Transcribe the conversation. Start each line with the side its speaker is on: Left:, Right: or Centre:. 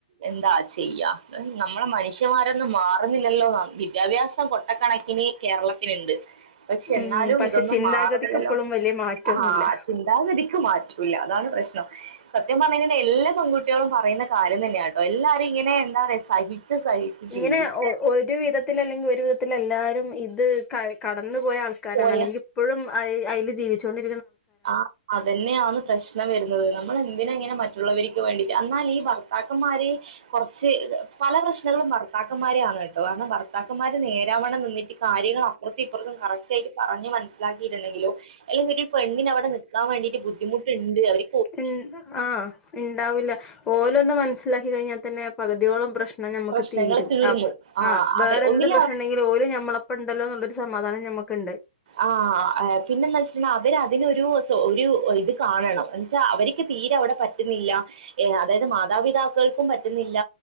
Right: എന്താ ചെയ്യ നമ്മള മനുഷ്യമാരൊന്നും മാറുന്നില്ലല്ലോ വിദ്യാഭ്യാസം കൊട്ട കണക്കിന് കേരളത്തില്ണ്ട് പക്ഷെ
Left: ഉം
Right: ന്നാലും
Left: പക്ഷെ
Right: ഇതൊന്നും
Left: ചിന്താഗതിക്ക്
Right: മാറുന്നില്ലല്ലോ
Left: ഇപ്പോഴും വലിയ മാറ്റൊന്നുല്ല
Right: ആഹാ ചിന്താഗതിക്ക് മാ റ്റൂല്ലഅതാണ് പ്രശ്നം സത്യം പറഞ്ഞെ എല്ലാ പൺകുട്ടികളും പറയുന്ന കാര്യം തന്നെയാട്ടോ എല്ലാരും ഇങ്ങനെ എന്താ സഹിച്ച് സഹിച്ച്
Left: ഇങ്ങനെ
Right: ജീവിക്കുക
Left: ഒരു വിധത്തി അല്ലെങ്കിൽ ഒരു വിധത്തി എല്ലാരും ഇത് കയ് കടന്നു പോയ ആൾക്കാരാണ്
Right: പോയ
Left: അല്ലെങ്കിൽ ഇപ്പോഴും അയിൽ ജീവിച്ചോണ്ട്
Right: ആ അതന്നെയാണ് പ്രശ്നം വരുന്നത് നമ്മൾ എ ന്തിനാ ങ്ങനെ മറ്റുള്ളവർക്ക് വേണ്ടിട്ട് എന്നാൽ ഈ ഭർത്താക്കന്മാര് കുറച്ച് പല പ്രശ്നങ്ങളും ഭർത്താക്കന്മാരെയാണ് കേട്ടോ കാരണം ഭർത്താക്കന്മാര് നേരാവണ നിന്നിട്ട് കാര്യങ്ങൾ അപ്പറത്തും ഇപ്പുറത്തും കറക് ആയിട്ട് പറഞ്ഞഞ് മനസിലാകി ണ്ടങ്കിലും അല്ലക്കി ഒരു പെണ്ണന് അവിടെ നിക്കാൻ വേണ്ടിട്ട് ബുദ്ധിമുട്ടണ്ട് അവര്ക്ക്
Left: ഉ ആ ഉണ്ടാവില്ല ഓലുംന്ന് മനസ്സിലാക്കി കഴിഞ്ഞാൽ തന്നെ പകുതിയോളം പ്രശ്നം നമുക്ക്
Right: പ്രശ്നങ്ങൾ
Left: തീരും
Right: തീർന്നു
Left: ആ വേറെന്ത്
Right: അവർ ഒന്നില്ല
Left: പ്രശ്നം ഉണ്ടെങ്കിലും ഒരുഓര് ഞമ്മളപ്പ ഉണ്ടല്ലോ സമാധാനം നമുക്കുണ്ട്
Right: ആ പിന്നെന്ന് വെച്ചിട്ടു അവര്തിനൊരു ഇത് കാണണം എന്നച്ചാ അവർ ക്ക്തീരെവിടെ പറ്റുന്നില്ല അതായത് മാതാപിതാക്കൾക്കും പറ്റുന്നില്ല